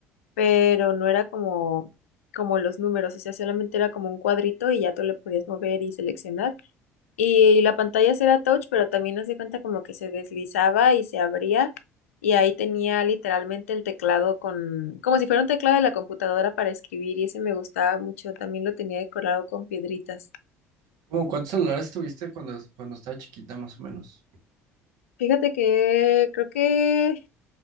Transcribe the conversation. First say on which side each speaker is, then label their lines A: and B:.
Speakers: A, on the left; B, on the right.
A: pero no era como, como los números, o sea, solamente era como un cuadrito y ya tú le podías mover y seleccionar. Y la pantalla sí era touch, pero también nos di cuenta como que se deslizaba y se abría. Y ahí tenía literalmente el teclado con, como si fuera un teclado de la computadora para escribir, y ese me gustaba mucho. También lo tenía decorado con piedritas.
B: ¿Cómo cuántos celulares tuviste cuando, cuando estaba chiquita, más o menos?
A: Fíjate que creo que